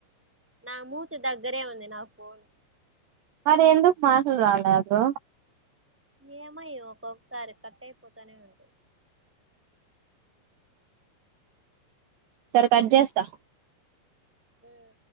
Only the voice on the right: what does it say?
మరి ఎందుకు మార్కులు రాలేదు
సరే కట్ జేస్తా